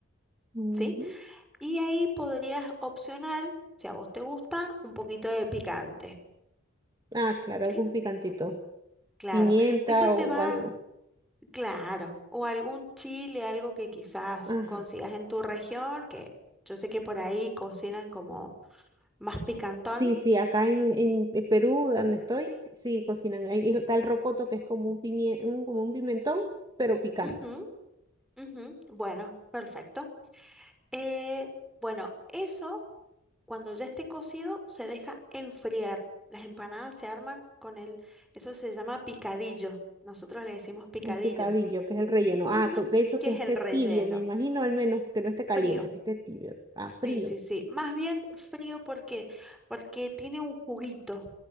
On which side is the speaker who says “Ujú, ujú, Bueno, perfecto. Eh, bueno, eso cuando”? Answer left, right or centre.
Centre